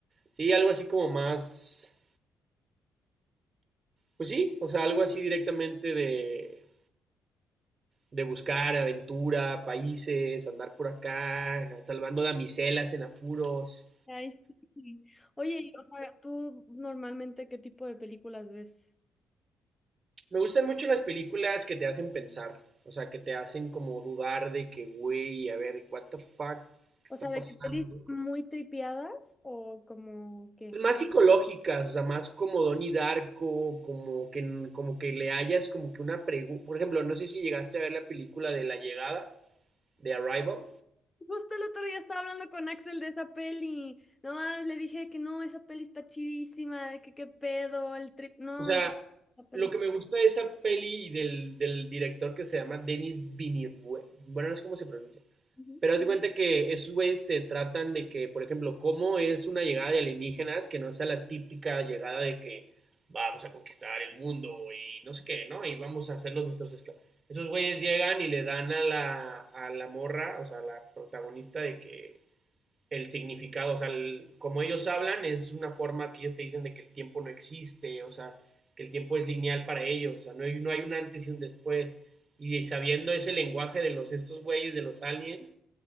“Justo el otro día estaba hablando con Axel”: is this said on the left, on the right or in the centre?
Left